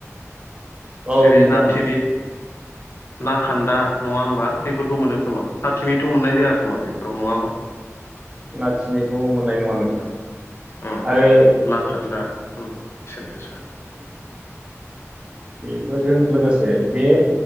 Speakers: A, on the right; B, on the left.
A: औ
B: जेरै
A: नोंथां
B: ना थिमि, ना खान्दा नङा होनबा बेफोरखौ मोनो खोमा ना थिंमिथ' मोननाय जाय खोमा बेफोराव नङा होमबा,
A: ना थिमिखौ मोननाय नङा नोंथाङा
B: उम
A: आरो
B: ना खान्दा ओम बेसेन गोसा,
A: <unintelligible> बेफोरजों लोगोसे बे